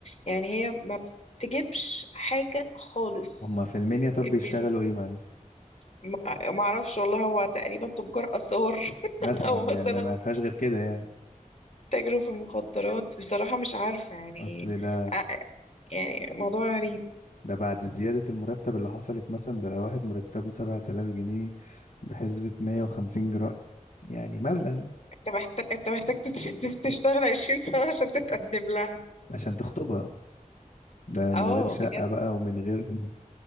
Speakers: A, on the left; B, on the left.
A: يعني هي ما بتجيبش حاجة خالص
B: هم في المنيا طب
A: البنت
B: بيشتغلوا ايه معلش
A: ما ما اعرفش والله هو تقريبا تجار اثار <laughs>
B: مثلا
A: او مثلا
B: يعني ما ما فيهاش غير كده يعني
A: تاجروا في المخدرات بصراحة مش عارفة يعني
B: اصل ده
A: ع- يعني موضوع غريب
B: ده بعد زيادة المرتب اللي حصلت مثلا ده لو واحد مرتبه سبعة آلاف جنيه بحسبة مية وخمسين جرام يعني مبلغ
A: انت محتاج انت محتاج تت- تت- تشتغل عشرين سنة عشان تتقدم لها
B: عشان تخطبها ده
A: اه
B: من غير شقة
A: بجد
B: بقى ومن غير